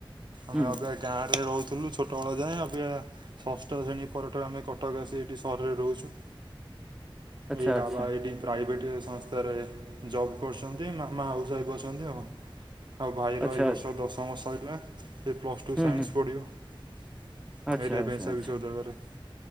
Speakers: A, on the right (about 55°); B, in the centre.
A: ଆମେ
B: ହୁଁ
A: ଅବେ ଗାଁରେ ରହୁଥୁଲୁ ଛୋଟବେଳ ଯାଏଁ ଅବିକା ଷଷ୍ଠ ଶ୍ରେଣୀ ପର ଠାରୁ ଆମେ କଟକ ଆସି ଏଇଠି ସହରରେ ରହୁଛୁ।
B: ଆଚ୍ଛା
A: ଏଇ ବାବା
B: ଆଚ୍ଛା
A: ଏଇଠି ପ୍ରାଇଭେଟେ ସଂସ୍ତାରେ ଜବ୍ କରୁଛନ୍ତି ମାମା ହାଉସ୍ ୱାଇଫ୍ ଅଛ ଚନ୍ତି ଆଉ ଆଉ ଭାଇର
B: ଆଚ୍ଛା
A: ଏଇ ବର୍ଷ
B: ଆଚ୍ଛା।
A: ଦଶମ ସଇଲା। ସେ ପ୍ଲସ୍ ଟୁ
B: ହୁଁ
A: ସାଇନ୍ସ
B: ହୁଁ
A: ପଢିବ ଏ
B: ଆଚ୍ଛା
A: ରେଭନ୍ସା
B: ଆଚ୍ଛା ଆଚ୍ଛା
A: ବିଶ୍ୱବିଦ୍ୟାଳୟରେ।